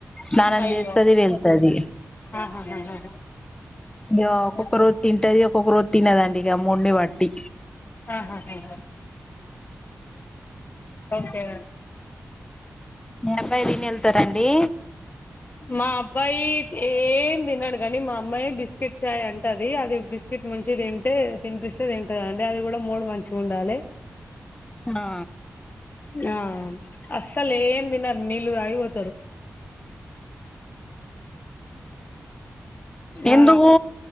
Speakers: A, on the left (about 15°); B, on the left (about 40°).
A: స్నానం
B: అయ్యో
A: జెస్తది వెళ్తది
B: ఆహాహాహా
A: ఇగ ఒక్కొక్క
B: ఓకే
A: రోజ్ తింటది ఒక్కొక్క రోజు తినదండి ఇగ మూడ్ని బట్టి
B: ఆహా హ హా ఓకే
A: మి అబ్బాయ్ దిన్ ఎళ్తరన్డి
B: మా అబ్బాయి ఏం దినడు గని మా అమ్మాయె బిస్కెట్ చాయ్ అంటది అది బిస్ కిట్ ముంచి తింటే తిన్పిస్తే తింటదండి అది గుడా మూడ్ మంచిగుండాలే
A: హా
B: ఆ అస్సల్ ఏం దినర్ నీళ్లు తాగి పోతరు
A: ఎందుకు
B: ఆ